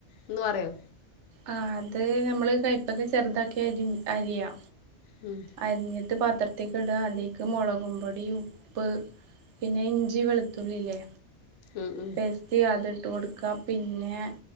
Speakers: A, on the left; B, on the right.
A: ഒന്ന് പറയോ
B: ആഹ് അത് നമ്മള് കൈപ്പക്ക ചെറുതാക്കി അരിഞ്ഞ് അരിയാ.
A: ഉം
B: അരിഞ്ഞിട്ട് പാത്രത്തിക്കിടാ അതിക്ക് മൊളകും പൊടിയും ഉപ്പ്. പിന്നെ ഇഞ്ചി വെളുത്തുള്ളില്ലേ
A: ഉം ഉം
B: പേസ്റ്റ്. ത്തി അതിട്ട് കൊടുക്കാ പിന്നെ